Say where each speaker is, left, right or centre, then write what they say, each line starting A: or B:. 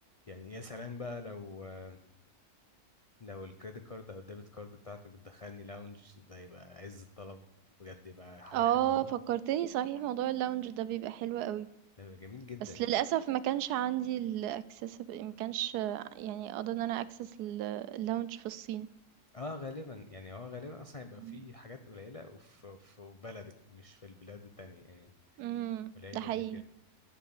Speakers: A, on the left (about 35°); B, on the right (about 85°).
A: يعني يا سلام بقى لو آه، لو الكريدت كارد او الديبت كارد بتاعتي بتدخلني لاونج ده يبقى عز الطلب بجد يبقى حاجه
B: اه
A: حلوه قوي
B: فكرتني صحيح موضوع اللونج ده بيبقى حلو قوي
A: ده يبقى جميل جدا
B: بس
A: يعني
B: للأسف ما كانش عندي ال accessible ما كانش يعني أقدر إن أنا access ال الlounge في الصين.
A: اه غالبا يعني هو غالبا اصلا هيبقى
B: إمم.
A: في حاجات قليله وفي في بلدك مش في البلاد التانية يعني
B: إمم،
A: قليل
B: ده حقيقي.
A: اللي كده
B: أوكي.